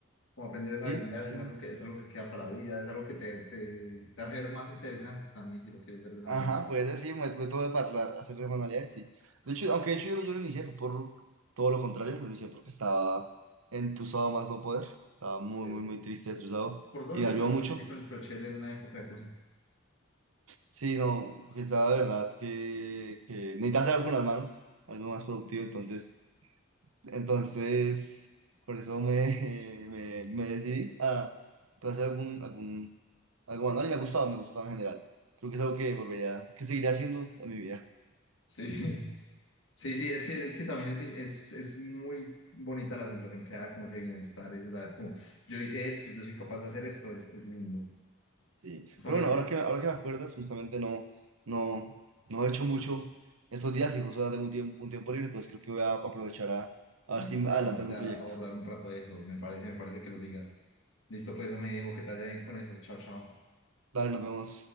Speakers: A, on the left; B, on the right.
A: Como aprender esa
B: Sí,
A: habilidad
B: sí.
A: es algo que, es algo que queda para la vida, es algo que te, te, te hace ver más interesante también si lo quieres ver de esa
B: Ajá,
A: manera.
B: puede ser, sí, me método de parlar, hacer de manualidades, sí. De hecho, aunque de hecho yo, lo- yo lo inicié, fue por todo lo contrario, lo inicié porque estaba entusado más no poder, estaba muy,
A: Ok.
B: muy, muy triste, estresado,
A: Por dos,
B: y me
A: yo
B: ayudó
A: también
B: mucho.
A: inicié con el crochet en una época de cosas.
B: Sí, no, porque estaba de verdad que, que necesitaba hacer algo con las manos, algo más productivo, entonces, entonces, por eso me, <laughs> me, me decidí a pues, hacer algún, algún, algo manual, y me ha gustado, me ha gustado en general. Creo que es algo que volvería, que seguiré haciendo en mi vida.
A: Sí, <laughs> sí, sí, sí, es que, es que también es, es, es muy bonita la sensación que da como ese bienestar, ese saber como yo hice esto, yo soy capaz de hacer esto, es, es lindo.
B: Sí,
A: Justamente
B: pero bueno, ahora que, ahora que me acuerdas, justamente no, no, no he hecho mucho estos días y justo ahora tengo un tiempo, un tiempo libre, entonces creo que voy a aprovechar a, a
A: a,
B: ver si
A: a
B: adelanto
A: ponerte
B: algún
A: a
B: proyecto.
A: abordar un rato eso, me parece, me parece que lo sigas. Listo, pues, me digo que te vaya bien con eso. Chao, chao.
B: Dale, nos vemos.